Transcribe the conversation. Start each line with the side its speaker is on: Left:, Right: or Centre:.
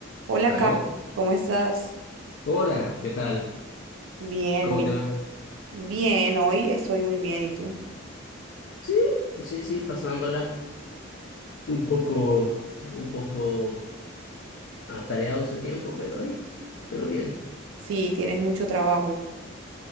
Right: Hola,
Left: ¿Aló?
Right: Carlos, ¿cómo estás?
Left: Hola, ¿qué tal?
Right: Bien,
Left: ¿Cómo
Right: bien,
Left: te va?
Right: bien, hoy estoy muy bien, ¿y tú?
Left: Sí, sí, sí, pasándola. Un poco, un poco atareado este tiempo, pero, eh, pero bien.
Right: Sí, tienes mucho trabajo,